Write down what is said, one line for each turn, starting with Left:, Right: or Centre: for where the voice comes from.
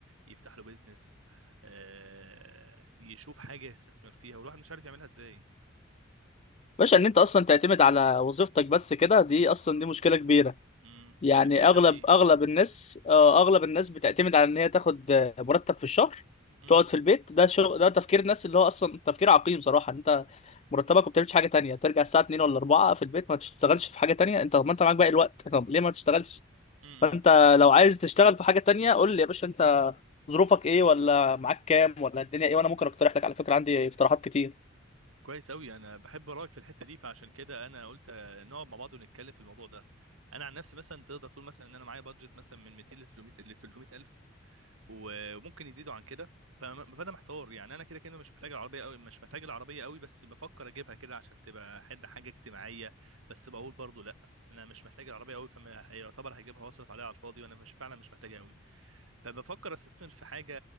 Right: يفتح له بيزنس آه، يشوف حاجه يستثمر فيها والواحد مش عارف يعملها ازاي
Left: باشا إن أنت أصلا تعتمد على وظيفتك بس كده دي أصلا دي مشكلة كبيرة
Right: امم
Left: يعني
Right: ده
Left: أغلب
Right: ده حقيقي
Left: أغلب الناس آه، أغلب الناس بتعتمد على إن هي تاخد آه، مرتب في الشهر
Right: امم
Left: تقعد في البيت ده شغل ده تفكير الناس اللي هو أصلا تفكير عقيم صراحة إن أنت مرتبك وما بتعملش حاجة تانية ترجع الساعة 2 ولا 4 في البيت ما تشتغلش في حاجة تانية أنت طب ما أنت معاك باقي الوقت طب ليه ما تشتغلش؟
Right: امم،
Left: فانت
Right: امم.
Left: لو عايز تشتغل في حاجه تانية قول لي يا باشا انت ظروفك ايه ولا معاك كام ولا الدنيا ايه وانا ممكن اقترح لك على فكره عندي اقتراحات كتير
Right: كويس أوي أنا بحب رأيك في الحتة دي فعشان كده أنا قلت آه، نقعد مع بعض ونتكلم في الموضوع ده أنا عن نفسي مثلا تقدر تقول مثلا إن أنا معايا بادجت مثلا من 200 ل 300 ل 300 ألف و- وممكن يزيدوا عن كده فم- فأنا محتار يعني أنا كده كده مش محتاج العربية أوي مش محتاج العربية أوي بس بفكر أجيبها كده عشان تبقى حد حاجة اجتماعية بس بقول برضو لأ أنا مش محتاج العربية أوي فما هيعتبر هجيبها وأصرف عليها على الفاضي وأنا مش فعلا مش محتاجها أوي فبفكر استثمر في حاجه